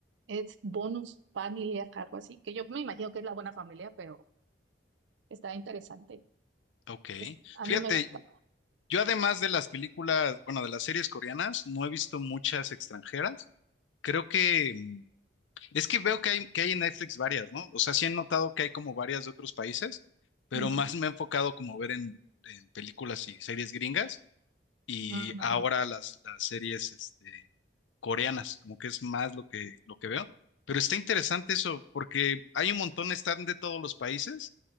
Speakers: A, on the right; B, on the left.
A: Es bonus familia, algo así, que yo me imagino que es la buena familia, pero está interesante.
B: Ok.
A: Es, a
B: Fíjate,
A: mí me gusta.
B: yo además de las películas, bueno, de las series coreanas, no he visto muchas extranjeras. Creo que mm, Es que veo que hay, que hay en Netflix varias, ¿no? O sea, sí he notado que hay como varias de otros países, pero
A: Ujú,
B: más me he enfocado como ver en, en películas y series gringas y
A: ujú,
B: ahora
A: ujú.
B: las, las series este, coreanas, como que es más lo que, lo que veo. Pero está interesante eso, porque hay un montón, están de todos los países